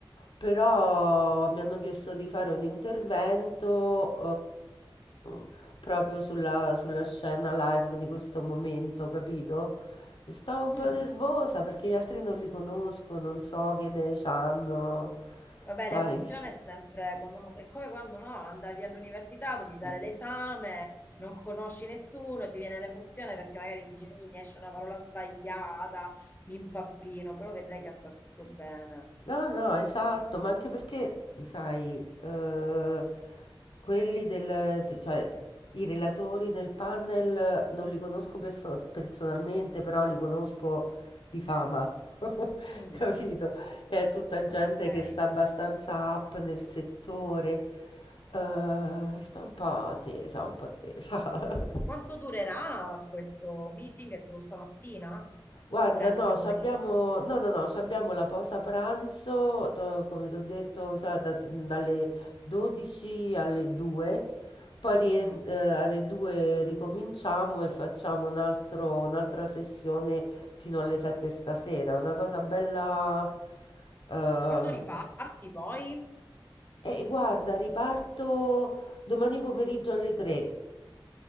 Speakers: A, on the left; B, on the left.
A: Però mi hanno chiesto di fare un intervento eh, proprio sulla, sulla scena live di questo momento, capito? E Stavo un po'
B: Mm.
A: nervosa perché gli altri non li conosco, non so che idee hanno,
B: Vabbè,
A: sai?
B: l'emozione è sempre quando uno- è come quando no, andavi all'università, dovevi dare l'esame, non conosci nessuno, ti viene l'emozione perché magari dici "Mi mi esce una parola sbagliata, mi impappino, però vedrai che andrà tutto bene.
A: No, no, no, esatto, ma anche perché, sai, eh, quelli del, cioè, i relatori nel panel non li conosco perso- personalmente, però li conosco di fama, <laughs>
B: Mm.
A: capito? È tutta gente
B: Ah, ok.
A: che sta abbastanza up nel settore, eh, sta un po' tesa, un po' tesa. <laughs>
B: Quanto durerà questo meeting? È solo stamattina?
A: Guarda,
B: Oppure anche
A: no,
B: pomeriggio?
A: ci abbiamo, no, no, no, ci abbiamo la pausa pranzo, to- come ti ho detto, cioè, da- dalle 12 alle 2, poi rien-
B: Mm.
A: eh, alle 2 ricominciamo e facciamo un altro- un'altra sessione fino alle 7 stasera, una cosa bella... eh,
B: E quando riparti poi?
A: E guarda, riparto domani pomeriggio alle 3.